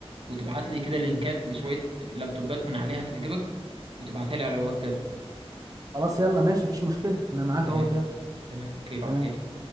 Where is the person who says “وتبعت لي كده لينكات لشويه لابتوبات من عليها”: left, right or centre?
Right